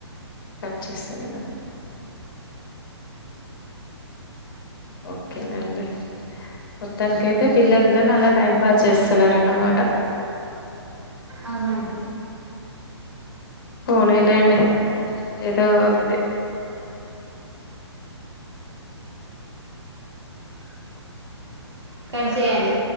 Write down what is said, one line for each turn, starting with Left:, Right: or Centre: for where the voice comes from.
Left: కట్ చేస్తాను నేను ఓకే నండీ మొత్తానికికై అయితే పిల్లలతోనే అలా టైం పాస్ చేస్తున్నారన్నమాట
Right: అవునండి
Left: పోనీ లేండి ఏదో ఒకటి
Right: కట్ చేయండి